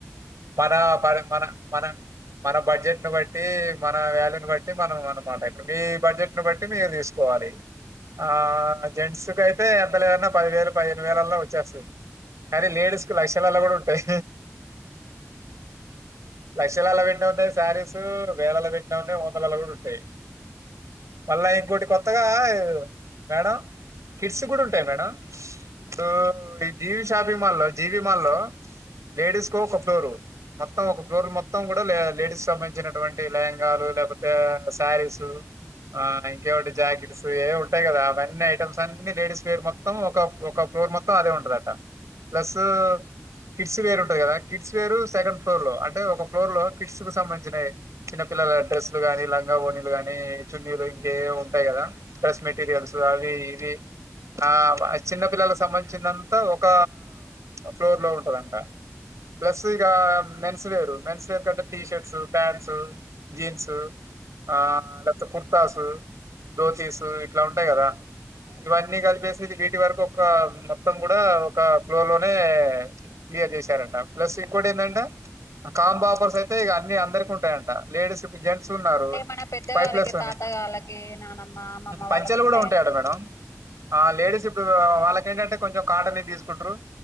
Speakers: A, on the right; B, on the left.
A: మన ప మన మన మన బడ్జెట్ని బట్టి మన వ్యాల్యూని బట్టి మనం అనమాట ఇక్కడ మీ బడ్జెట్ని బట్టి మీరు తీసుకోవాలి ఆ జెంట్స్ కయితే ఎంత లేదన్నా పది వేలు పదిహేను వేలల్లో వచ్చేస్తుంది కానీ లేడీస్ కు లక్షలాలో కూడా ఉంటాయి లక్షలాలో పెట్ శారీస్ వేలలు పెట్టినా ఉన్నాయి వందలలో కూడా ఉంటాయి మళ్ళా ఇంకోటి కొత్తగా మేడం కిట్స్ కూడా ఉంట ఉంటాయి మేడం సో ఈ జీవి షాపింగ్ మాల్ జీవి మాల్లో లేడీస్ కు ఒక ఫ్లోరు మొత్తం ఒక ఫ్లోర్ మొత్తం లేడీస్ సంబంధించినటు లేహంగా లేకపోతే శారీస్ ఇంకేటి జాకెట్స్ ఏ ఉంటాయి కదా అవన్నీ ఐటమ్స్ అన్ని లేడస్ ఫేర్ మొత్తం ఒక ఒక ఫ్లోర్ మొత్తం అదే ఉంటదంట ప్లస్ కిడ్స్ వేరు కదా కిడ్స్ వేరు సెకండ్ ఫ్లోర్ లో అంటే ఒక ఫ్లోర్ లో కిడ్స్ కు సంబంధించిన చిన్న పిల్లల డ్రెస్ లు ని లంగా ఓనీలు గానీ చున్నీలు ఇంకే ఉంటాయి కదా డ్రెస్ మెటీరియల్స్ అవి ఇవి ఆ చిన్న పిల్లలకు సంబంధించినంత ఒక ఫ్లోర్ లో ఉంటుందంట ప్లస్ ఇగ మెన్సువేరు మెన్సు కంటే టీ షర్ట్స్ ప్యాంట్స్ జీన్సు ఆ లేకపోతే కుర్తాసు దోతీసు ఇట్లా ఉంటాయి కదా
B: అవునండి
A: ఇవన్నీ
B: అవును
A: కలిపేసి వీటి వరకు ఒక మొత్తం కూడా ఒక ఫ్లోర్ లోనే క్లియర్ చేశారంట ప్లస్ ఇంకోటి ఏంటంటే కాంబో ఆఫర్స్ అయితే ఇక అన్ని అందరికి ఉంటాయంట లేడీస్ ఇడు జెంట్స్ ఉన్నారు
B: అదేండి మన పెద్ద
A: ఫైవ్
B: వారికి
A: ప్లస్ ఉన్నాయి
B: తాత వాళ్ళకి నానమ్మ అమ్మమ్మ
A: పంచలు
B: వాళ్ళకి ఉంటాయా
A: కూడా ఉంటాయట మేడం లేడీస్ ఇప్పుడు వాళ్ళకి ఏంటంటే కొంచెం కాటన్ ది తీసుకుంటరు